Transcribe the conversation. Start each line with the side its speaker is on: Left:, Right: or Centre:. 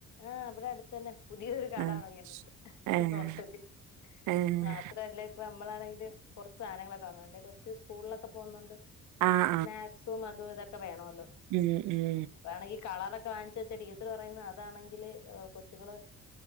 Left: ആഹ് ഇവിടെ അടുത്തെന്നെ പുതിയൊരു കട
Right: ആഹ്
Left: തൊടങ്ങിയിട്ടുണ്ട്
Right: ഏഹ്
Left: ഹോട്ടല്
Right: ഏഹ്
Left: മാത്രല്ല അപ്പ നമ്മളാണെങ്കിലും കൊറച്ച് സാധനങ്ങളൊക്കെ വാങ്ങണ്ട് കൊച്ച് സ്കൂളിലൊക്കെ പോകുന്നോണ്ട്
Right: ആഹ്
Left: സ്നാക് സും അതും ഇതൊക്കെ വേണോല്ലോ
Right: മ്മ് ഉം
Left: വേണെങ്കി കളറൊക്ക വാങ്ങിച്ചച്ച് ഡീസൽ പറയുന്ന താണെങ്കില് കൊച്ചുങ്ങള്